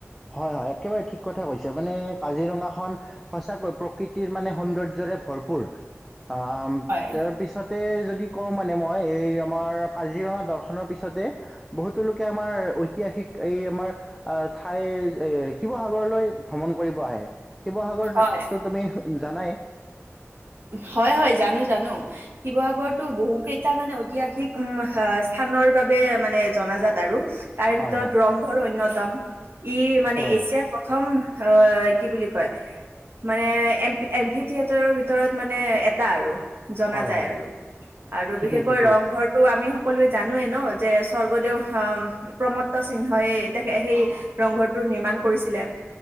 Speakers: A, in the centre; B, on the right.
A: হয়, হয় একেবাৰে ঠিক কথা কৈছা মানে কাজিৰঙাখন সঁচাকৈ প্ৰকৃতিৰ মানে সৌন্দৰ্যৰে ভৰপূৰ, আহ
B: হয়,
A: তাৰপিছত তে যদি কওঁ মানে মই এই আমাৰ কাজিৰঙা দৰ্শনৰ পিছতে বহুতো লোকে আমাৰ ঐতিহাসিক এই আমাৰ আহ ঠাইৰ এ শিৱসাগৰলৈ ভ্ৰমণ কৰিব আহে, শিৱসাগৰত
B: হয়।
A: তো-তুমি জানাই।
B: হয়, হয়! জানো, জানো। শিৱসাগৰতটো বহু কেইটা মানে ঐতিহাসিক, আহ' স্থানৰ বাবে মানে জনাজাত আৰু। তাৰে
A: হয়
B: ভিতৰত
A: হয়
B: ৰংঘৰ অন্যতম, ই মানে
A: একেবাৰে
B: এছিয়াৰ প্ৰ থম কি বুলি কয়, মানে এপি এম ভি থিয়েটাৰৰ ভিতৰত মানে এটা আৰু জনা
A: হয়
B: যায়
A: হয়
B: আৰু, আৰু
A: ঠিকেই
B: বিশেষকৈ
A: ঠিকেই
B: ৰংঘৰত টো আমি সকলোৱে জানোৱেই ন যে স্বৰ্গদেউ অহ প্ৰমত্ত সিংহই তে সেই ৰংঘৰটো নিৰ্মাণ কৰিছিলে।